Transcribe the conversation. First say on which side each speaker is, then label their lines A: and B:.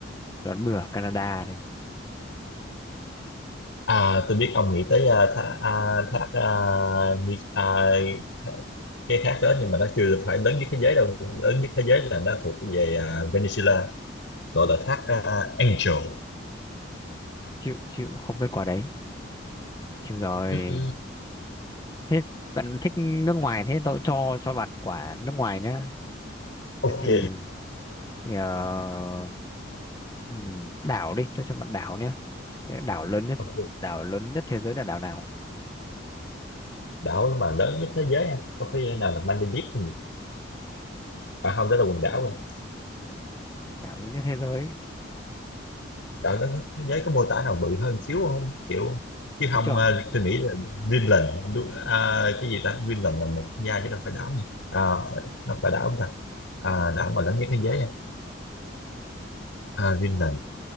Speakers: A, on the left; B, on the left.
A: đoán bừa Canada này
B: à tôi biết ông nghĩ tới à, thác à, thác à, Ni- à, thác- cái thác đó nhưng mà nó chưa phải lớn nhất thế giới đâu lớn nhất thế giới là nó thuộc về à, Venezuela gọi là thác à, Angel
A: chịu chịu không biết quả đấy chịu rồi
B: Ừ, ừ.
A: thế bạn thích nước ngoài thế tôi cho cho bạn quả nước ngoài nhá
B: ok
A: thế thì ờ, ừm, đảo đi cho cho bạn đảo nhé Thế đảo lớn nhất
B: ok
A: đảo lớn nhất thế giới là đảo nào
B: đảo mà lớn nhất thế giới ha có khi
A: ừ,
B: nào là Maldives không nhỉ? à không đó là quần đảo
A: đảo lớn nhất thế giới
B: đảo đó có- có- thế giới có mô tả nào bự hơn xíu không kiểu chứ không
A: đúng chưa
B: à, tôi nghĩ là Greenland đúng, à, cái gì ta Greenland là một quốc gia chứ đâu phải đảo nhỉ à, phải, nó phải đảo không ta à, đảo mà lớn nhất thế giới nha. à, Greenland